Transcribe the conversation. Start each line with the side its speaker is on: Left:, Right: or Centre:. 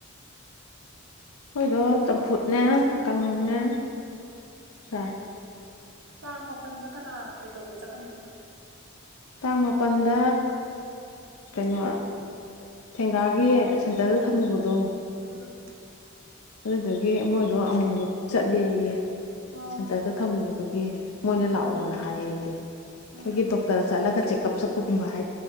Left: ꯑꯩꯈꯣꯏꯗꯣ ꯆꯝꯐꯨꯠꯅꯦ ꯀꯥꯡꯍꯧꯅꯦ ꯆꯥꯏ
Right: ꯇꯥꯡ ꯃꯥꯄꯜꯗ ꯀꯅꯥ ꯀꯩꯇꯧꯕ ꯆꯠꯀꯅꯤ ꯍꯥꯏꯅꯣ
Left: ꯇꯥꯡ ꯃꯥꯄꯜꯗ ꯀꯩꯅꯣ ꯊꯦꯡꯒꯥꯒꯤ ꯁꯦꯟꯇꯔꯗ ꯊꯝꯃꯨꯕꯗꯣ
Right: ꯎꯝ
Left: ꯑꯗꯨꯗꯨꯒꯤ ꯃꯣꯢ ꯑꯗꯣ ꯑꯃꯨꯛꯃꯨꯛ ꯆꯠꯂꯦꯌꯦ
Right: ꯑꯣ
Left: ꯁꯦꯟꯇꯔꯗ ꯊꯝꯃꯨꯕ ꯗꯨꯒꯤ ꯃꯣꯏꯅ
Right: ꯎꯝ
Left: ꯂꯥꯛꯑꯣꯅ ꯍꯥꯢꯌꯦꯌꯦ ꯑꯩꯈꯣꯏꯒꯤ
Right: ꯎꯝ
Left: ꯗꯣꯛꯇꯔ ꯆꯠꯂꯒ ꯆꯦꯛ ꯎꯞ ꯀꯞ ꯆꯠꯄꯒꯨꯝꯕ ꯍꯥꯏ